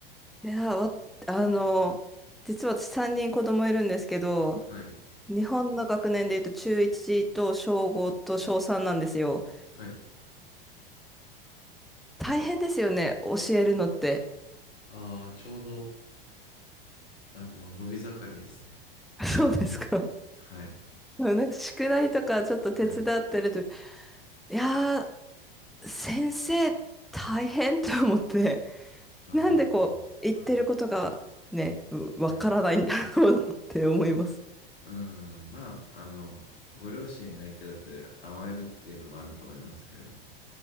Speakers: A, in the centre; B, on the left (about 85°).
A: いや、わ、あの、実は私3人子供いるんですけど、
B: はい。
A: 日本の学年で言うと中1と小5と小3なんですよ。
B: はい。
A: 大変ですよね、教えるのって。
B: ああー、ちょうど、あの、伸び盛りですね。
A: <laughs> そうですか。う
B: はい。
A: んなんか宿題とかちょっと手伝ってると、
B: はい。
A: いやー、先生大変と思って、<laughs>
B: ああ、
A: なんでこう、言ってることがね、
B: は
A: うわからないんだろうって思います。
B: い。はい。うん。まあ、あの、ご両親が相手だと甘えるっていうのもあると思いますけどね。